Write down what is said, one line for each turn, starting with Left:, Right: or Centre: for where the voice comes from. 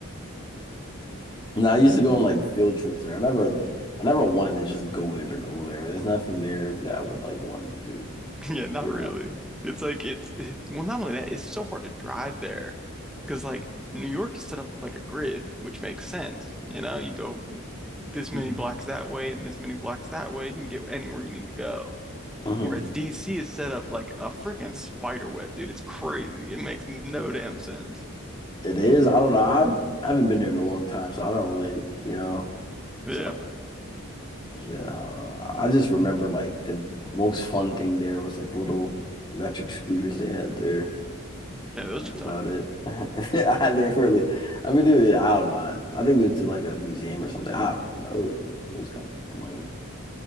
Left: now <laughs> I used to go on like field trips there. I never, I never wanted to just go in or go there. There's nothing there that I would like want to do.
Centre: <laughs> Yeah, not
Left: You
Centre: really.
Left: know.
Centre: It's like it's it, well, not only that, it's so hard to drive there because like New York is set up like a grid, which makes sense. You know, you go this many
Left: hmm
Centre: blocks that way and this many blocks that way, you can get anywhere you need to go.
Left: hmm
Centre: Whereas DC is set up like a freaking spider web, dude. It's crazy. It makes no damn sense.
Left: It is. I don't know. I I haven't been there in a long time, so I don't really, you know.
Centre: Yeah.
Left: So. Yeah, I just remember like the most fun thing there was like the little electric scooters they had there.
Centre: Yeah, those
Left: That was
Centre: are tough.
Left: about it. <laughs> I didn't really, I mean, it, I don't know. I, I think we went to like a museum or something. I don't really know. It was, it was kind of lame.